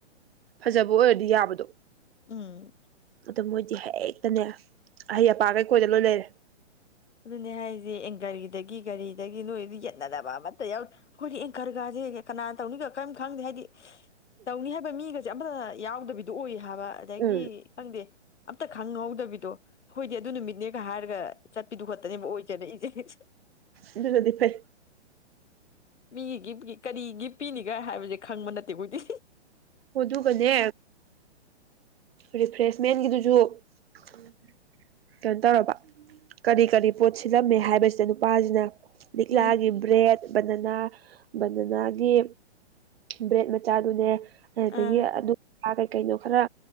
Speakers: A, on the right; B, on the left.
A: ꯐꯖꯕ ꯑꯣꯏꯔꯗꯤ ꯌꯥꯕꯗꯣ
B: ꯎꯝ
A: ꯑꯗꯨ ꯃꯣꯏꯗꯤ ꯍꯦꯛꯇꯅꯦ ꯑꯍꯩ ꯑꯄꯥꯈꯩ ꯀꯣꯏꯗ ꯂꯣꯏ ꯂꯩꯔꯦ
B: ꯑꯗꯨꯅꯦ ꯍꯥꯏꯁꯦ ꯑꯦꯡꯒꯔꯒꯤꯗꯒꯤ ꯀꯔꯤ ꯑꯗꯨꯗꯒꯤꯅ ꯏ ꯌꯦꯠ ꯅꯗꯕ ꯃ ꯌꯥꯎ ꯑꯩꯈꯣꯏꯗꯤ ꯑꯦꯡꯀꯔꯒꯥꯁꯦ ꯀꯅꯥꯅ ꯇꯧꯅꯤꯒ ꯀꯔꯤꯝ ꯈꯪꯗꯦ ꯍꯥꯏꯗꯤ ꯇꯧꯅꯤ ꯍꯥꯏꯕ ꯃꯤꯒꯁꯦ ꯑꯝꯇ ꯌꯥꯎꯗꯕꯤ ꯑꯣꯏ ꯊꯥꯕ ꯑꯗꯒꯤ
A: ꯎꯝ
B: ꯈꯪꯗꯦ ꯑꯝꯇ ꯈꯪꯍꯧꯗꯕꯤꯗꯣ ꯑꯩꯈꯣꯏꯗꯤ ꯑꯗꯨ ꯅꯨꯃꯤꯠꯅꯦꯒ ꯍꯥꯏꯔꯒ ꯗꯨ ꯈꯛꯇꯅꯦꯕ ꯑꯣꯏꯁꯦꯔ ꯏꯁꯦꯦ
A: ꯑꯗꯨꯅꯗꯤ ꯐꯩ
B: ꯃꯤꯒꯤ ꯒꯤ ꯀꯔꯤ ꯒꯤꯞ ꯄꯤꯅꯤꯒꯥꯏ ꯍꯥꯏꯕꯁꯦ ꯈꯪꯕ ꯅꯠꯇꯦ ꯀꯗꯤ
A: ꯑꯗꯨꯒꯅꯦ ꯔꯤꯐ꯭ꯔꯦꯁꯃꯦꯟꯒꯤꯗꯨꯁꯨ ꯎꯝ ꯀꯩꯅꯣ ꯇꯧꯔꯕ ꯀꯔꯤ ꯀꯔꯤ ꯄꯣꯠ ꯁꯤꯜꯂꯝꯃꯦ ꯍꯥꯏꯕꯁꯤꯗ ꯅꯨꯄꯥꯁꯤꯅ ꯗꯛꯂ
B: ꯎꯝ
A: ꯍꯥꯏ ꯏꯕ꯭ꯔꯦ ꯕꯅꯅ ꯕꯟꯗꯅꯥꯒꯤ ꯕ꯭ꯔꯦꯠ ꯃꯆꯥꯗꯨꯅꯦ ꯑꯗꯨꯗꯒꯤ
B: ꯑꯥ
A: ꯑꯗꯨ ꯀꯩ ꯀꯩꯅꯣ ꯈꯔ